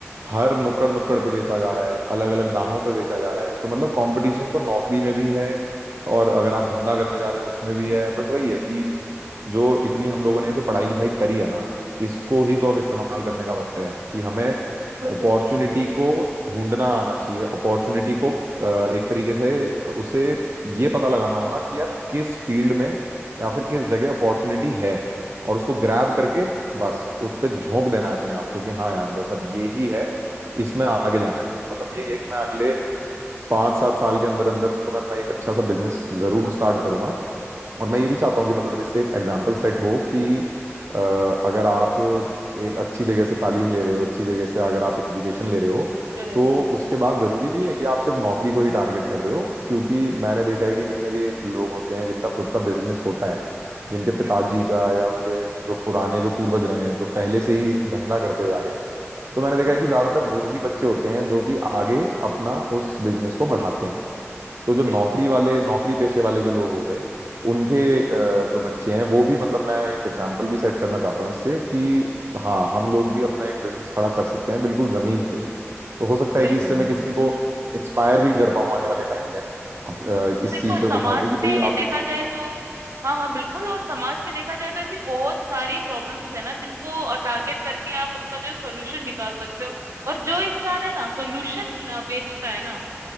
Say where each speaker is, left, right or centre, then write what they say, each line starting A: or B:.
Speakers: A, on the right; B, on the right.
A: हर नुक्कड़ नुक्कड़ पे बेचा जा रहा है अलग अलग दामों पे बेचा जा रहा है तो मतलब कंपटीशन तो नौकरी में भी है और अगर आप धंधा करने जा रहे हो उसमें भी है बट वही है कि जो इतनी हम लोगों ने जो पढ़ाई लिखाई करी है ना इसको ही तो अब इस्तेमाल करने का वक्त है कि हमें
B: बिल्कुल
A: अपॉर्चुनिटी
B: बिल्कुल
A: को ढूंढना आना चाहिए अपॉर्चुनिटी को अ, एक तरीके से उसे ये पता लगाना होगा कि यार किस फील्ड में या फिर किस जगह अपॉर्चुनिटी है और उसको ग्रैब करके बस उस पर झोंक देना है अपने आप को कि हाँ यार बस अब ये ही है इसमें आगे जाना है मेरे को मतलब यही है कि मैं अगले पांच सात साल के अंदर अंदर तो मैं अपना एक अच्छा सा बिजनेस जरूर स्टार्ट करूंगा और मैं ये भी चाहता हूँ कि मतलब इससे एक एग्जाम्पल सेट हो कि अ, अगर आप एक अच्छी जगह से तालीम ले रहे हो अच्छी जगह से अगर आप एजुकेशन ले रहे हो
B: चलेगा
A: तो
B: बिल्कुल
A: उसके बाद जरूरी नहीं है कि आप सिर्फ नौकरी को ही टारगेट कर रहे हो क्योंकि मैंने देखा है कि जितने भी लोग होते हैं जिनका खुद का बिजनेस होता है जिनके पिताजी
B: हम्म
A: का या उनके जो पुराने जो पूर्वज रहे हैं जो पहले से ही धंधा करते हुए आ रहे हैं तो मैंने देखा
B: हम्म
A: है कि ज्यादातर वही बच्चे होते हैं जो कि आगे अपना उस बिजनेस को बढ़ाते हैं तो जो नौकरी
B: बिल्कुल
A: वाले नौकरी पेशे वाले जो लोग हो गए उनके अ, जो बच्चे हैं वो भी मतलब मैं एक एग्जाम्पल भी सेट करना चाहता हूँ इससे कि हाँ हम लोग भी अपना एक बिजनेस खड़ा कर सकते हैं बिल्कुल जमीन से तो हो सकता है
B: बिल्कुल
A: कि इससे मैं
B: बिल्कुल
A: किसी को इंस्पायर भी कर पाऊँ आने वाले टाइम में अप- अ, इस
B: बिल्कुल
A: चीज को
B: समाज
A: दिखा के कि भाई
B: में
A: आप
B: देखा
A: एक
B: जाए तो हाँ हाँ बिल्कुल और समाज में देखा जाए तो ऐसी बहुत सारी प्रॉब्लम्स है ना जिनको टारगेट करके आप उसका जो सोल्यूशन निकाल सकते हो और जो इंसान है ना सोल्यूशन बेचता है ना